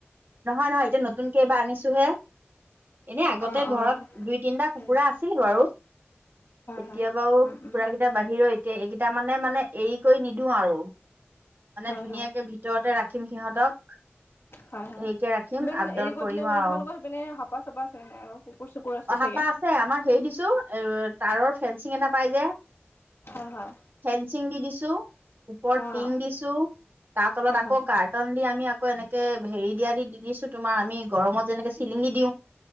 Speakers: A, on the right; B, on the left.
A: নহয়, নহয় এতিয়া নতুন কেইবাৰ আনিছোহে এনে আগতে
B: অ'
A: ঘৰত
B: অ'।
A: দুই তিনটা কুকুৰা
B: হয়, হয়।
A: আছিল বাৰু। এতিয়াাবাও
B: হয়, উম, উম।
A: পুৰা কিটা বাহিৰেও এতিয়া এইকিটা মানে, মানে এই কই নিদো আৰু। মানে
B: হয়,
A: ধুনীয়াকে
B: হয়।
A: ভিতৰতে ৰাখিম সিহঁতক।
B: হয় হয়।
A: হেইকে ৰাখিম,
B: ইমান
A: আবদল
B: এৰি কৰি
A: কৰিম
B: দিলে মানে
A: আও।
B: তোমালোকৰ সেইপিনে হাপা চাপা আছে নাই আকৌ কুকুৰ চুকুৰ আছে
A: অহাপা
B: চাগে।
A: আছে। আমাৰ হেই দিছো এ তাঁৰৰ ফেন্সিং এটা পাই যে।
B: হয় হয়
A: ফেঞ্চিং দি দিছোঁ, ওপৰত
B: অ'
A: টিং দিছোঁ। তা তলত
B: হয়
A: আকৌ
B: হয় হয়
A: কাৰ্টন দি আমি আক কৈ এনেকে হেৰি দিয়া দি দিছোঁ তোমাৰ আমি গৰমত যেনেকে চিলিঙি দি